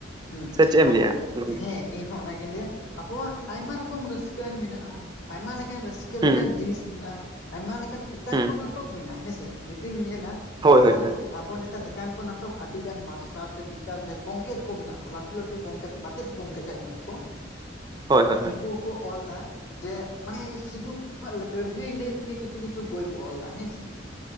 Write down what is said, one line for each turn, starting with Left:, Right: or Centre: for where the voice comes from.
Left: ᱦᱮᱸ
Right: ᱥᱮ ᱪᱮᱫ ᱮᱢ
Left: ᱟᱵᱚ
Right: ᱞᱟᱹᱭᱟ ᱜᱚᱝᱠᱮ
Left: ᱦᱮᱸᱼᱼ ᱤᱧ ᱦᱚ ᱚᱱᱟᱜᱤᱧ ᱞᱟᱹᱭᱟ ᱟᱵᱚᱣᱟᱜ ᱟᱭᱢᱟ ᱨᱚᱠᱚᱢ ᱨᱟᱹᱥᱠᱟᱹ ᱟᱱ ᱢᱮᱱᱟᱜᱼᱟ ᱟᱭᱢᱟ ᱞᱮᱠᱟᱱ ᱨᱟᱹᱥᱼᱼ ᱠᱟᱹ
Right: ᱦᱩᱸ
Left: ᱞᱮᱠᱟᱱ ᱡᱤᱱᱤᱥ ᱢᱮᱱᱟᱜᱼᱟ, ᱟᱭᱢᱟ ᱞᱮᱠᱟᱱ ᱮᱠᱟᱝᱠᱚ
Right: ᱦᱩᱸ
Left: ᱱᱟᱴᱚᱠ ᱢᱮᱱᱟᱜᱼᱟ ᱦᱮᱸᱥᱮ ᱡᱩᱫᱤᱢ ᱧᱮᱞᱟᱼᱼ
Right: ᱦᱳᱭ
Left: ᱟᱵᱚᱣᱟᱱ
Right: ᱦᱳᱭ ᱦᱳᱭ
Left: ᱟᱵᱚ ᱱᱮᱛᱟᱨ ᱮᱠᱟᱝᱠᱚ ᱱᱟᱴᱚᱠ ᱟᱹᱰᱤᱜᱟᱱ ᱢᱟᱥᱴᱟᱨ ᱥᱮ ᱴᱤᱪᱟᱨ ᱡᱟᱦᱟᱸᱭ ᱜᱚᱢᱠᱮ ᱫᱚᱼᱼ ᱠᱚ ᱢᱮᱱᱟᱜ ᱠᱚᱣᱟ ᱞᱟᱹᱴᱩ ᱞᱟᱹᱴᱩ ᱜᱚᱢᱠᱮ ᱢᱟᱪᱮᱫ ᱜᱚᱢᱠᱮ ᱡᱟᱦᱟᱭ ᱢᱮᱱᱟᱜ ᱠᱚᱼᱼ
Right: ᱦᱳᱭ ᱦᱳᱭ
Left: ᱩᱱᱠᱩ ᱠᱚ ᱚᱞ ᱮᱫᱟᱼᱼ ᱡᱮ ᱢᱟᱱᱮ ᱥᱤᱫᱷᱩ ᱠᱚᱭᱟᱜ ᱞᱟᱹᱲᱦᱟᱹᱭ ᱞᱟᱹᱭ ᱛᱮᱜᱮ ᱠᱤᱪᱷᱩ ᱠᱤᱪᱷᱩ ᱵᱳᱭ ᱠᱚ ᱚᱞ ᱮᱫᱟ ᱦᱮᱸᱥᱮ ᱼᱼ